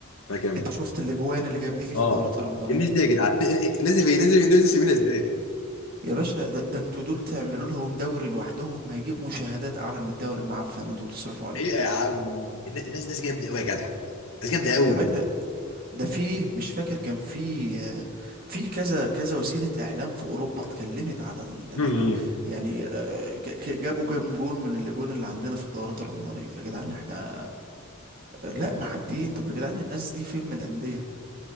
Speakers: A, on the left (about 80°); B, on the right (about 45°).
A: فيها كام
B: انت شفت الاجوان اللي كانت بتيجي في
A: اه
B: الدورات الرمضانية
A: الناس دي يا جدعان الناس دي فين الناس دي الناس دي سيبينها ازاي؟
B: يا باشا ده, ده انتوا دول تعملوا لهم دوري لوحدهم هيجيب مشاهدات اعلى من الدوري المعفن اللي انتوا بتصرفوا عليه
A: حقيقه يا عم والن- الناس ناس جامده قوي يا جدع ناس جامده قوي
B: يا باشا ده في مش فاكر كان في في كذا كذا وسيلة إعلام في أوروبا اتكلمت على ال- اللي
A: مم.
B: جو- يعني آه، ج- ك- جابوا كام جون من اللجون اللي عندنا في الدورات الرمضانية يا جدعان احنا لا معديين طب يا جدعان الناس دي فين من الأندية